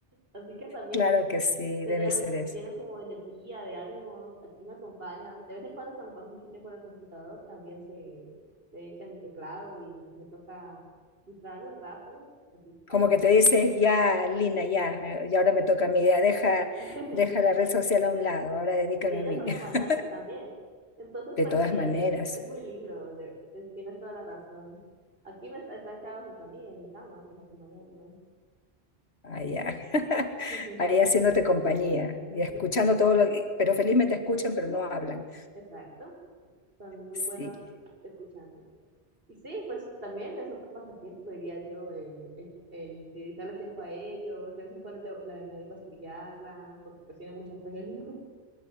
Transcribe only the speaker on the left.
Claro que sí,
debe
ser eso.
Como
que te dices,
ya, Lina, ya, eh, y ahora me toca a mí, ya, deja,
deja la red social a un lado, ahora dedícame
a mí.
<laughs>
De
todas
maneras,
allá, <laughs>
ahí haciéndote compañía y
escuchando todo lo que, pero felizmente escuchan, pero no hablan.
Sí.